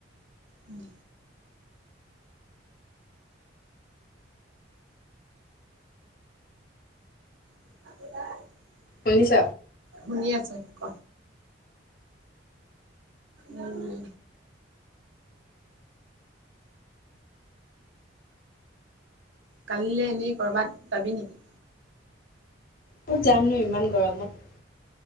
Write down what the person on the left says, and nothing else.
শুনিছ?
ক'ত যামনো ইমান গৰমত?